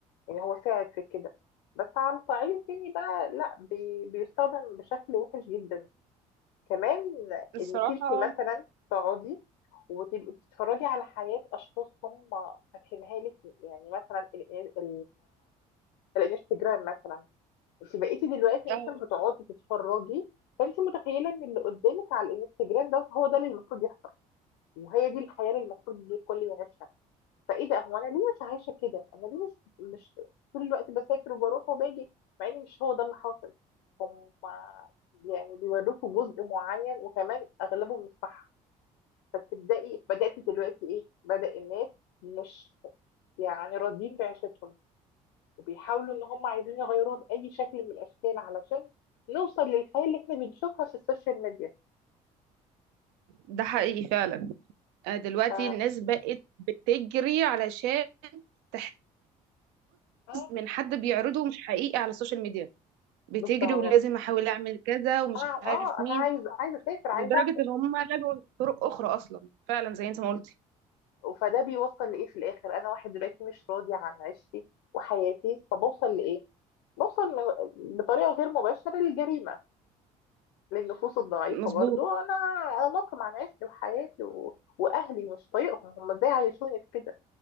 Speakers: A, on the left; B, on the right.
A: يعني هو ساعد في كده بس على الصعيد التاني بقى لا بي- بيستخدم بشكل وحش جدا كمان
B: الصراحة
A: انك انت مثلا
B: اه
A: تقعدي وتبقي بتتفرجي على حياة اشخاص هم فاتحينها لك يعني مثلا ال ال الانستجرام مثلا انت بقيتي دلوقتي
B: آه،
A: مثلا بتقعدي تتفرجي فانت متخيلة ان اللي قدامك على الانستجرام دوت هو ده اللي المفروض يحصل وهي دي الحياة اللي المفروض الكل يعيشها فايه ده هو انا ليه مش عايشه كده انا ليه مش مش طول الوقت بسافر وبروح وباجي مع ان مش هو ده اللي حاصل هم يعني بيوروكوا جزء معين وكمان اغلبه مش صح فتبداي بداتي دلوقتي ايه بدا الناس مش يعني راضيين بعيشتهم وبيحاولوا ان هم عايزين يغيروها باي شكل من الاشكال علشان نوصل للحياه اللي احنا بنشوفها في السوشيال ميديا
B: ده حقيقي فعلا آه، دلوقتي
A: ف
B: الناس بقت بتجري علشان تحتفظ
A: آه،
B: من حد بيعرضه مش حقيقي على السوشيال ميديا بتجري
A: بالظبط
B: ولازم احاول اعمل كذا ومش
A: انا
B: عارف
A: اه انا
B: مين
A: عايز عايزه اسافر عايزه
B: لدرجة ان هم لجوا لطرق اخرى اصلا فعلا زي انت ما قلتي
A: فده بيوصل لايه في الاخر انا واحد دلوقتي مش راضي عن عيشتي وحياتي فبوصل لايه بوصل ل- بطريقه غير مباشره للجريمه للنفوس الضعيفه
B: مظبوط
A: برضو انا اناقم عن عيشتي وحياتي و... واهلي مش طايقهم هم ازاي عايشوني في كده